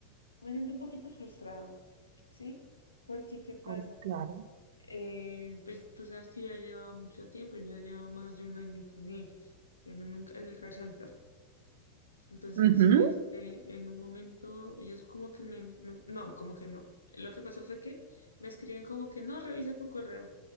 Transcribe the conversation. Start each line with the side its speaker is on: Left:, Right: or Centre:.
Left: me siento un poquito frustrada, ¿sí? Porque, ¿qué pasa?
Right: por claro.
Left: Eh, pues tú sabes que yo ya llevaba mucho tiempo, yo ya llevaba más de un año con ellos, en, un, en el car center. Entonces,
Right: Ujú.
Left: este, en un momento, ellos como que me, me- no, como que no. Lo que pasó fue que me escriben como que no, revisa tu correo.